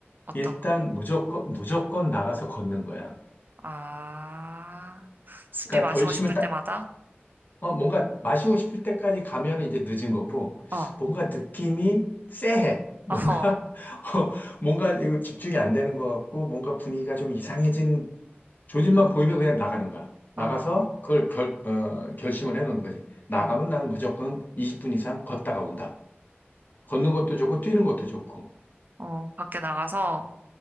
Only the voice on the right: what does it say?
어떤
거?
아, 술이
마시고
싶을
때마다?
어,
<laughs> 어,
어,
어,
어, 밖에 나가서